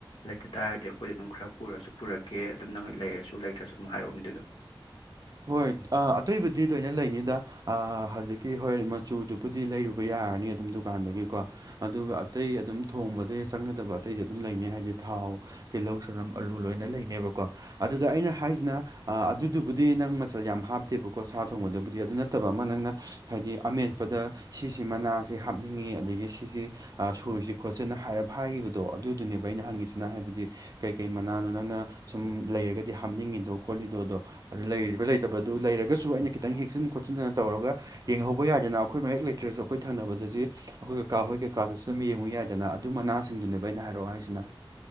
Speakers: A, on the left; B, on the right.
A: ꯂꯩꯇ ꯇꯥꯔꯒꯗꯤ ꯑꯩꯈꯣꯏꯗ ꯑꯗꯨꯝ ꯈꯔ ꯄꯨꯔꯁꯨ ꯄꯨꯔꯛꯀꯦ ꯑꯗꯨꯝ ꯅꯪ ꯂꯩꯔꯁꯨ ꯂꯩꯇ꯭ꯔꯁꯨ ꯑꯗꯨꯝ ꯍꯥꯏꯔꯛꯎꯅꯦ ꯑꯗꯨꯗꯣ
B: ꯍꯣꯏ ꯑꯇꯩꯕꯨꯗꯤ ꯂꯣꯏꯅ ꯂꯩꯅꯤꯗ ꯍꯧꯖꯤꯛꯀꯤ ꯍꯣꯏ ꯃꯆꯨꯗꯨꯕꯨꯗꯤ ꯂꯩꯔꯨꯕ ꯌꯥꯔꯅꯤ ꯑꯗꯨꯝ ꯗꯨꯀꯥꯟꯗꯒꯤꯀꯣ꯫ ꯑꯗꯨꯒ ꯑꯇꯩ ꯑꯗꯨꯝ ꯊꯣꯡꯕꯗ ꯆꯪꯒꯗꯕ ꯑꯇꯩꯗꯤ ꯑꯗꯨꯝ ꯂꯩꯅꯤꯩ ꯍꯥꯏꯗꯤ ꯊꯥꯎ ꯇꯤꯜꯍꯧ ꯆꯅꯝ ꯑꯂꯨ ꯂꯣꯏꯅ ꯂꯩꯅꯦꯕꯀꯣ ꯑꯗꯨꯗ ꯑꯩꯅ ꯍꯥꯏꯁꯤꯅ ꯑꯗꯨꯗꯨꯕꯨꯗꯤ ꯑꯗꯨꯗꯤ ꯅꯪ ꯃꯆꯜ ꯌꯥꯝ ꯍꯥꯞꯇꯦꯕꯀꯣ ꯁꯥ ꯊꯣꯡꯕꯗꯕꯨꯗꯤ ꯑꯗꯨ ꯅꯠꯇꯕ ꯑꯃ ꯅꯪꯅ ꯍꯥꯏꯗꯤ ꯑꯃꯦꯠꯄꯗ ꯁꯤꯁꯤ ꯃꯅꯥꯁꯤ ꯍꯥꯞꯅꯤꯡꯉꯤ ꯑꯗꯒꯤ ꯁꯤꯁꯤ ꯁꯣꯏꯁꯤ ꯈꯣꯠꯁꯦꯅ ꯍꯥꯏ ꯍꯥꯏꯈꯤꯕꯗꯣ ꯑꯗꯨꯗꯨꯅꯦꯕ ꯑꯩꯅ ꯍꯪꯉꯤꯁꯤꯅ ꯍꯥꯏꯕꯗꯤ ꯀꯩ ꯀꯩ ꯃꯅꯥꯅꯣ ꯅꯪꯅ ꯁꯨꯝ ꯂꯩꯔꯒꯗꯤ ꯍꯥꯞꯅꯤꯡꯉꯤꯗꯣ ꯈꯣꯠꯂꯤꯗꯣꯗꯣ ꯑꯗꯨ ꯂꯩꯔꯤꯕ ꯂꯩꯇꯕ ꯑꯗꯨ ꯂꯩꯔꯒꯁꯨ ꯑꯩꯅ ꯈꯤꯇꯪ ꯍꯦꯛꯆꯟ ꯈꯣꯠꯆꯤꯟꯗꯅ ꯇꯧꯔꯒ ꯌꯦꯡꯍꯧꯕ ꯌꯥꯗꯅ ꯑꯩꯈꯣꯏ ꯃ ꯍꯦꯛ ꯂꯩ꯫ ꯭ꯔꯦꯁꯨ ꯑꯩꯈꯣꯏ ꯊꯥꯅꯕꯗꯗꯤ
A: ꯎꯝ
B: ꯑꯩꯈꯣꯏ ꯀꯀꯥ ꯍꯣꯏ ꯀꯀꯥꯗꯨꯁꯨ ꯑꯗꯨꯝ ꯌꯦꯡꯉꯨ ꯌꯥꯏꯗꯅ ꯑꯗꯨ ꯃꯅꯥꯁꯤꯡꯗꯨꯅꯦꯕ ꯑꯩꯅ ꯍꯥꯏꯔꯛꯑꯣ ꯍꯥꯏꯁꯤꯅ